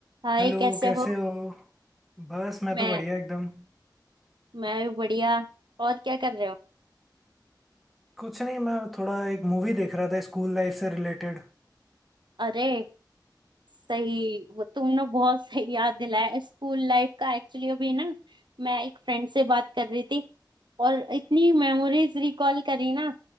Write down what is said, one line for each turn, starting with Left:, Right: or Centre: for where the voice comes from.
Right: हाय
Centre: Hello
Right: कैसे
Centre: कैसे
Right: हो
Centre: हो बस मैं
Right: मैं
Centre: तो बढ़िया एकदम
Right: मैं भी बढ़िया और क्या कर रहे हो
Centre: कुछ नहीं मैं थोड़ा एक मूवी देख रहा था स्कूल लाइफ से रिलेटेड
Right: अरे सही वो तुमने बहुत <laughs> सही याद दिलाया स्कूल लाइफ का एक्चुअली अभी ना मैं एक फ्रेंड से बात कर रही थी और इतनी मेमोरीज रिकॉल करी ना